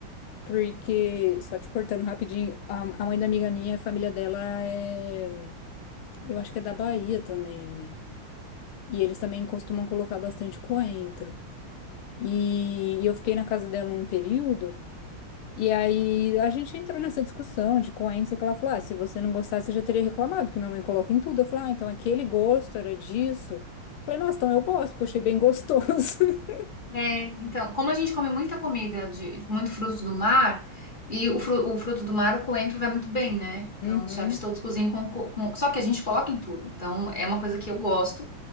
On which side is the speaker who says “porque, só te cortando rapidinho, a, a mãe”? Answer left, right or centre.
Left